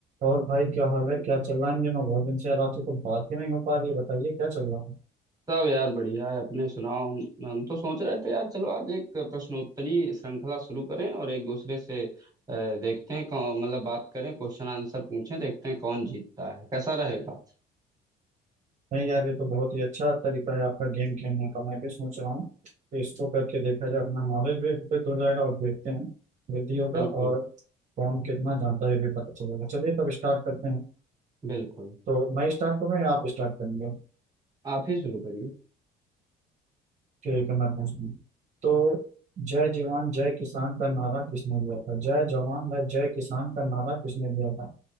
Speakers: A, on the right; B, on the right.
A: और भाई क्या हाल है क्या चल रहा है इन दिनों बहुत दिन से यार आपसे कुछ बात ही नहीं हो पा रही है बताइए क्या चल रहा है
B: सब यार बढ़िया है अपने सुनाओ हम हम तो सोच रहे थे यार चलो आज एक प्रश्नोत्तरी श्रृंखला शुरू करें और एक दूसरे से अ, देखते हैं कौन मतलब बात करें क्वेश्चन आंसर पूछें देखते हैं कौन जीतता है कैसा रहेगा
A: नहीं यार ये तो बहुत ही अच्छा तरीका है आपका गेम खेलने का मैं भी सोच रहा हूँ कि इसको करके देखा जाए अपना नॉलेज भी वृद्ध हो जाएगा और देखते हैं वृद्धि होगा
B: बिल्कुल
A: और कौन कितना जानता है ये भी पता चलेगा चलिए तब स्टार्ट करते हैं
B: बिल्कुल
A: तो मैं स्टार्ट करूँ या आप स्टार्ट करेंगे
B: आप ही शुरू करिए
A: ठीक है मैं पूछता हूँ तो जय जवान जय किसान का नारा किसने दिया था जय जवान या जय किसान का नारा किसने दिया था